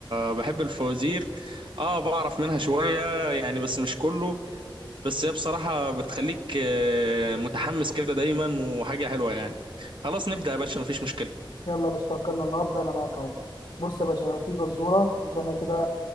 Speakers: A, on the right; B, on the left.
A: بحب الفوازير أه بعرف منها شوية يعني بس مش كله بس هي بصراحة بتخليك آه، متحمس كده دايما وحاجة حلوة يعني خلاص نبدأ يا باشا مفيش مشكلة
B: يلا مش توكلنا الله ابدا انا معاك اهو بص يا باشا في فزوره ثانيه كده